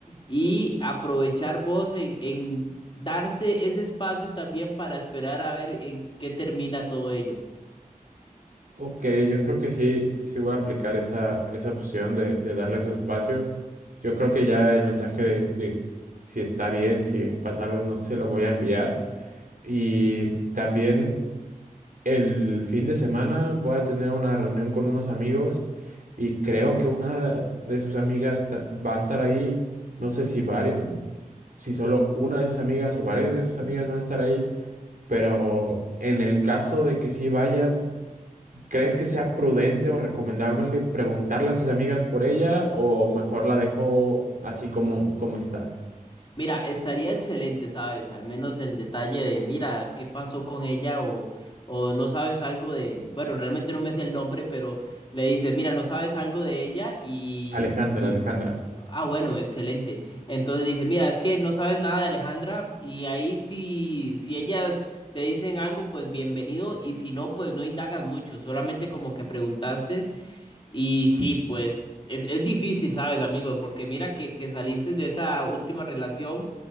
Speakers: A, on the left; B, on the right.
A: y aprovechar vos en, en darse ese espacio también para esperar a ver en qué termina todo ello.
B: Ok, yo creo que sí, sí voy a aplicar esa, esa opción de, de darle su espacio. Yo creo que ya el mensaje de, de si está bien, si pasa algo, no se lo voy a enviar. Y también el fin de semana voy a tener una reunión con unos amigos y creo que una de sus amigas ta- va a estar ahí. No sé si, vari- si solo una de sus amigas o varias de sus amigas van a estar ahí. Pero en el caso de que sí vayan, ¿crees que sea prudente o recomendable preguntarle a sus amigas por ella o mejor la dejo así como, como está?
A: Mira, estaría excelente, ¿sabes? Al menos el detalle de, mira, qué pasó con ella o, o no sabes algo de, bueno, realmente no me sé el nombre, pero le dice, mira, no sabes algo de ella y,
B: Alejandra,
A: y,
B: Alejandra.
A: ah, bueno, excelente. Entonces le dice, mira, es que no sabes nada de Alejandra y ahí si, si ellas te dicen algo, pues bienvenido y si no, pues no indagas mucho, solamente como que preguntaste y sí, pues es, es difícil, ¿sabes, amigo? Porque mira que, que saliste de esa última relación